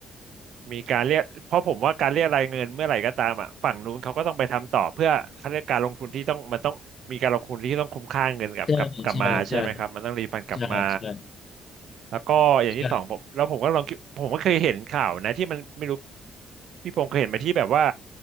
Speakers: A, on the right; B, on the left.
A: มีการเรียกเพราะผมว่าการเรียกรายเงินเมื่อไหร่ก็ตามอ่ะฝั่งนู้นเขาก็ต้องไปทำต่อเพื่อเขาเรียกการลงทุนที่ต้องมันต้องมีการลงทุนที่ต้องคุ้มค่าเงินกลับกลับกลับมาใช่ไหมครับมันต้องรีฟันกลับมา
B: ใช่ใช่ใช่ใช่ใช่
A: แล้วก็อย่างที่สองผมแล้วผมก็ลองคิดผมก็เคยเห็นข่าวนะที่มันไม่รู้
B: ใช่
A: พี่พงศ์เคยเห็นไหมที่แบบว่า